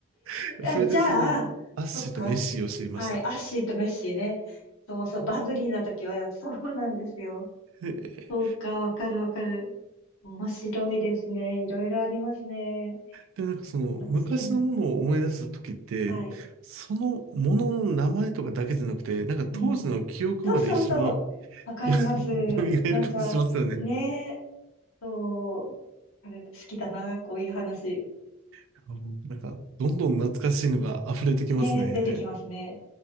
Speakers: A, on the right (about 75°); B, on the left (about 85°).
A: <laughs>
B: あじゃあ、
A: それで、その、アッシーとメッシーを知りました。
B: そっか。はい、アッシーとメッシーね。そうそう、バブリーな時は、そうなんですよ。
A: <laughs> へえ
B: そうか、わかるわかる。面白いですね。いろいろありますね。
A: で、なんかその、
B: 楽しい。
A: 昔のものを思い出したときって、
B: うん。はい。
A: そのものの名前とかだけじゃなくて、なんか当時の記憶まで一緒に
B: うん。そうそうそう。わかります。
A: よ <laughs> 蘇る感じしますよね。
B: なんか、ねえ、そう、あれ好きだな、こういう話。
A: あもうなんか、どんどん懐かしいのが溢れてきますね。
B: ねえ、出てきますね。